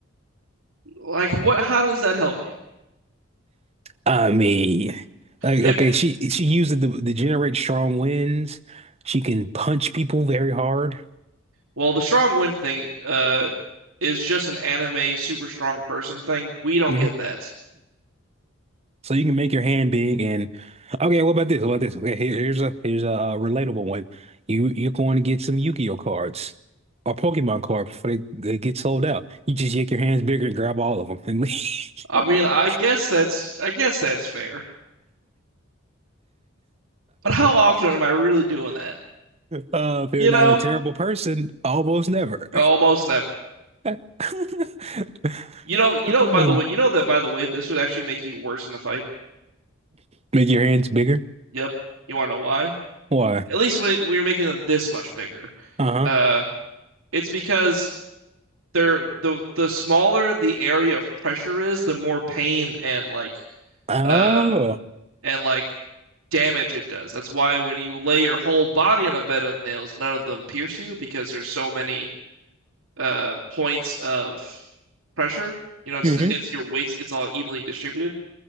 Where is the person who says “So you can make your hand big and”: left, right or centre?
Right